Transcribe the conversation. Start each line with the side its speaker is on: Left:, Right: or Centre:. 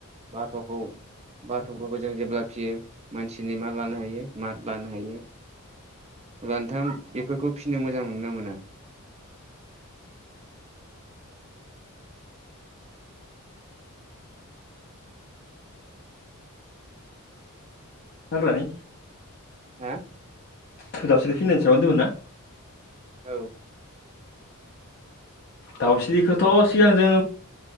Right: बाथ'खौ बाथ'फोरखौ जों जेब्ला फिसियो मानसिनि मा लानो हायो मा लानो हायो। अब्ला नोंथां बेफोरखौ फिसिनो मोजां मोनो ना मोना?
Left: ज हाग्रानि
Right: हो
Left: थु दाउस्रि फिनायनि सायाव‌ होनदोंमोन ना?
Right: औ
Left: दाउस्रिखौथ' सिगां जों